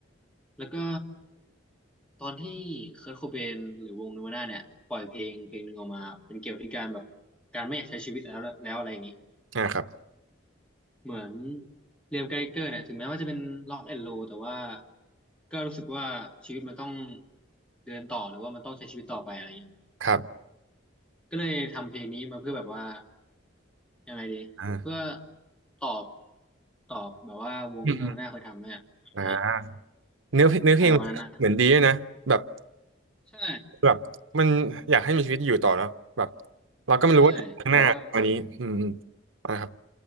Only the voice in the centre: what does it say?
แล้วก็ตอนที่เคิร์ทโคเบนหรือวงเนวาน่าเนี่ยปล่อยเพลงเพลงหนึ่งออกมาเป็นเกี่ยวกับการแบบการไม่อยากใช้ชีวิตแล้วแล้วอะไรอย่างนี้
เหมือนเรียมไกเกอร์เนี่ยถึงแม้ว่าจะเป็นล็อกแอนด์โลแต่ว่าก็รู้สึกว่าชีวิตมันต้องเดินต่อหรือว่ามันต้องใช้ชีวิตต่อไปอะไรอย่างเงี้ย
ก็เลยทำเพลงนี้มาเพื่อแบบว่ายังไงดีเพื่อ
ตอบตอบแบบว่าวงที่โนน่าเคยทำเนี่ยอะไร
อะไรวันนั้นนะใช่
ใช่แบบว่า